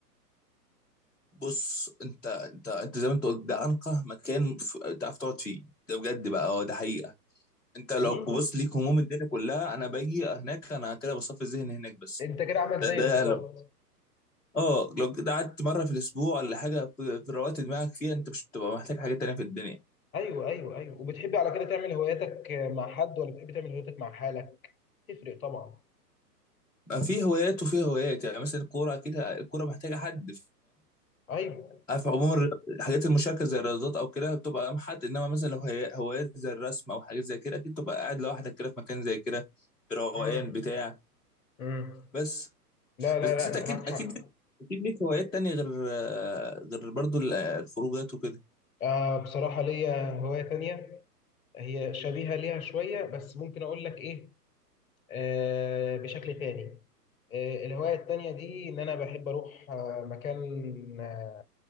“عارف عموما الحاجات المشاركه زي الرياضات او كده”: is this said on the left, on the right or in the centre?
Centre